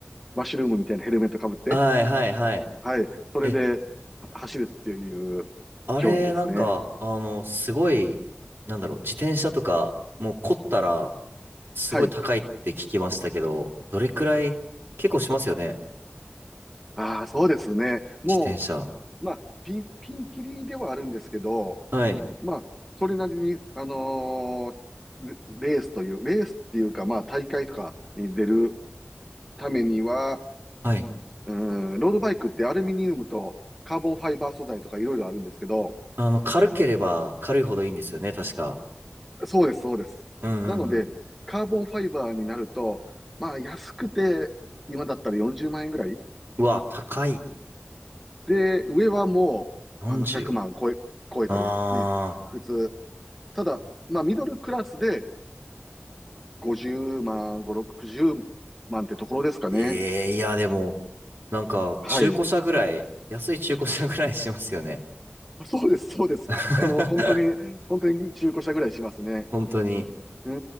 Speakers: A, in the centre; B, on the right.
A: マッシュルームみたいなヘルメットかぶって、
B: はい、はい、はい。
A: はい、それでは走るっていう競技ですね。
B: え、あれ、なんか、あの、すごい、なんだろう、自転車とか、もう凝ったら、すごい高いって聞きましたけど、
A: はい。
B: どれくらい、結構しますよね。
A: ああ、そうですね。も
B: 自転車。
A: う、まあ、ピン、ピンキリではあるんですけど、
B: はい。
A: まあ、それなりに、あのーレレースという、レースっていうか、まあ、大会とかに出るためには、
B: はい。
A: うん、ロードバイクってアルミニウムとカーボンファイバー素材とかいろいろあるんですけど、
B: あの、軽ければ軽いほどいいんですよね、確か。
A: そうです、そうです。
B: うんうんうん。
A: なので、カーボンファイバーになると、まあ、安くて、今だったら40万円ぐらい
B: うわ、高い。
A: で、上はもう、
B: 40。
A: あの、100万超え、超えたりね、
B: あー。
A: 普通。ただ、まあ、ミドルクラスで50万、5、60万ってところですかね。
B: ええいや、でも、なんか、
A: はい。
B: 中古車ぐらい、安い中古車ぐらいしますよね。
A: あそうです、そうです。
B: <laughs>
A: あの、本当に、本当に中古車ぐらいしますね。
B: 本当に。
A: う